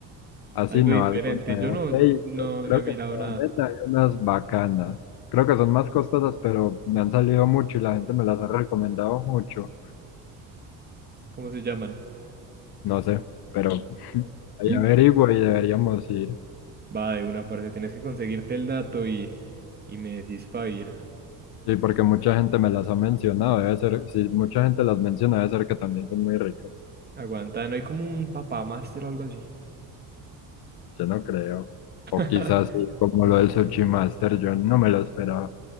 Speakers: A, on the left (about 60°); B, on the right (about 20°).
A: Así
B: Algo
A: no,
B: diferente.
A: algo nuevo.
B: Yo no,
A: Ey,
B: no,
A: yo creo
B: no he mirado
A: que en Sabaneta
B: nada.
A: hay unas bacanas. Creo que son más costosas, pero me han salido mucho y la gente me las ha recomendado mucho.
B: ¿Cómo se llaman?
A: No sé, pero <laughs> ahí
B: <laughs>
A: averiguo y deberíamos ir.
B: Va, de una parte tienes que conseguirte el dato y, y me decís para ir.
A: Sí, porque mucha gente me las ha mencionado. Debe ser, si mucha gente las menciona, debe ser que también son muy ricas.
B: Aguanta, no hay como un papá máster o algo así.
A: Yo no creo.
B: <laughs>
A: O quizás sí, como lo del Sushi Master, yo no me lo esperaba.